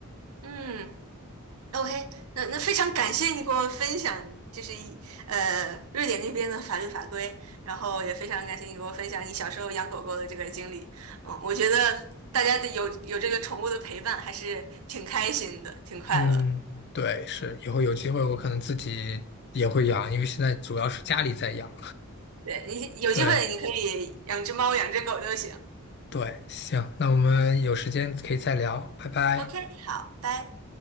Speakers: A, on the right; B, on the left.
A: 嗯。OK，那那非常感谢你给我分享，就是一呃瑞典那边的法律法规，然后也非常感谢你给我分享你小时候养狗狗的这个经历。嗯，我觉得大家的有有这个宠物的陪伴还是挺开心的，挺快乐。
B: 嗯，对，是，以后有机会我可能自己也会养，因为现在主要是家里在养。
A: 对，你有机会你可以养只猫，
B: 对。
A: 养只狗都行。
B: 对，行，那我们有时间可以再聊，拜拜。
A: OK，好，拜。